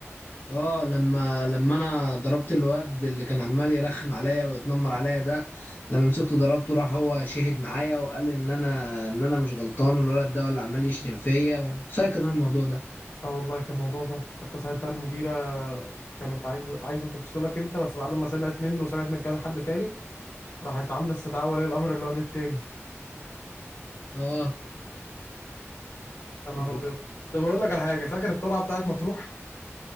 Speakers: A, on the left; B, on the left.
A: اه لما لما انا ضربت الواد اللي كان عمال يرخم عليا ويتنمر عليا ده لما مسكته ضربته راح هو شهد معايا وقال ان انا ان انا مش غلطان والولد ده هو اللي عمال يشتم فيا فاكر انا الموضوع ده
B: اه والله كان موضوع تحفة حتى ساعتها المديرة كانت عايزة عايزة تفصلك انت بس بعد ما سمعت منه وسمعت من كذا حد تاني راحت عاملة استدعاء ولي الأمر للواد التاني
A: اه
B: يا نهار <laughs> أبيض طب أقول لك على حاجة فاكر الطلعة بتاعت مطروح؟